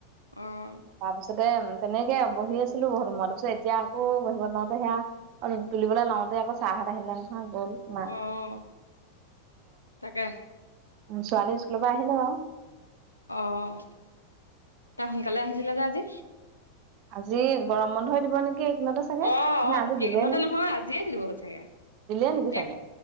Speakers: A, on the left; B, on the right.
A: অঁ!
B: তাৰপিছতে তেনেকে বহি আছিলো বহুত সময় তাৰপিছত এতিয়া আকৌ বহিব লওঁতে সেয়া- তুলিবলৈ লাওঁতে আকৌ চাৰ হত আহিলে নহয় গ'ল। মা
A: অঁ তাকে।
B: উমঁ ছোৱালী স্কুলৰ পৰা আহিলে বাৰু।
A: অঁ তাই সোনকালে আহিছিলে যে আজি।
B: আজি গৰম বন্ধ এ দিব নেকি এইদিনতে। চাগে
A: অঁ
B: নে আজি দিলে
A: এইদিনতে
B: নে
A: নহয় আজিয়ে দিব চাগে
B: দিলে নেকি চাগে
A: এক।